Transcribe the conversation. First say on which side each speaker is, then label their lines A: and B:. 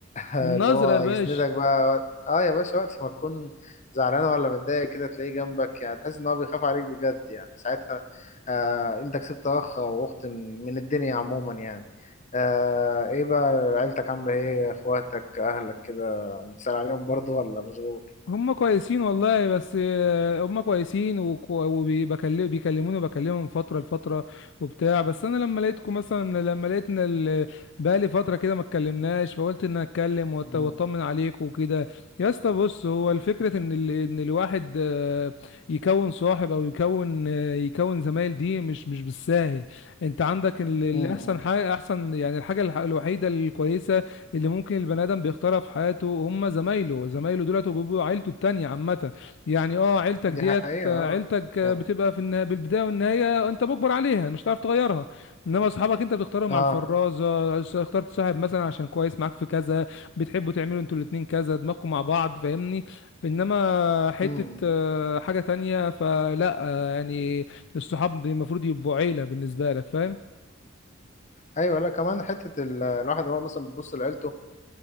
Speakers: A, on the left; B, on the left.
A: اللي
B: من نظرة
A: هو
B: يا
A: يسندك
B: باشا
A: بقى وقت اه يا باشا وقت ما تكون زعلان ولا متضايق كده تلاقيه جنبك يعني تحس ان هو بيخاف عليك بجد يعني ساعتها آه انت كسبت اخ او اخت من من الدنيا عموما يعني آه ايه بقى عيلتك عاملة ايه اخواتك اهلك كده بتسأل عليهم برضو ولا مشغول
B: هم كويسين والله بس آه، هم كويسين وبيكلموني وبكلمهم فترة لفترة وبتاع بس انا لما لقيتكم مثلا لما لقيت ان ال- بقالي فترة كده ما اتكلمناش فقلت ان أنا اتكلم وأت-
A: مم،
B: واطمن عليكم وكده يا اسطى بص هو الفكرة ان ال... ان الواحد آه، يكون صاحب او يكون آه، يكون زمايل دي مش مش بالساهل انت عندك ال- الاحسن
A: مم،
B: حاجة احسن يعني الحاجة الح- الوحيدة الكويسة اللي ممكن البني ادم بيختارها في حياته هم زمايله زمايله دولت وبيبقوا عيلته التانية عامة يعني اه عيلتك
A: دي
B: ديت
A: حقيقة
B: آه،
A: اه
B: عيلتك آه،
A: يعني
B: بتبقى في النها... بالبداية والنهاية انت مجبر عليها مش هتعرف تغيرها انما اصحابك انت بتختارهم
A: اه
B: على الفرازة س- اخترت صاحب مثلا عشان كويس معاك في كذا بتحبوا تعملوا انتوا الاتنين كذا دماغكم مع بعض فاهمني انما حتة
A: مم.
B: آه، حاجة تانية فلا آه، يعني الصحاب المفروض يبقوا عيلة بالنسبة لك فاهم
A: ايوه لا كمان حتة ال- الواحد هو مثلا بيبص لعيلته